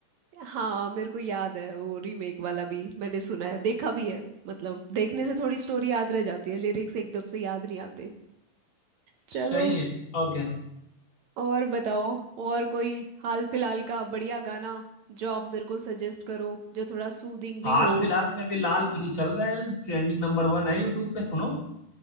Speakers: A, on the right; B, on the left.
A: हाँ मेरे को याद है वो रीमेक वाला भी मैंने सुना है देखा भी है मतलब देखने से थोड़ी स्टोरी याद रह जाती है लिरिक्स एकदम से याद नहीं आते चलो
B: सही है और क्या
A: और बताओ और कोई हाल फिलहाल का बढ़िया गाना जो आप मेरे को सजेस्ट करो जो थोड़ा सूदिंग
B: हाल
A: भी हो
B: फिलहाल में अभी लाल परी चल रहा है ट्रेंडिंग नंबर वन है यूट्यूब पे सुनो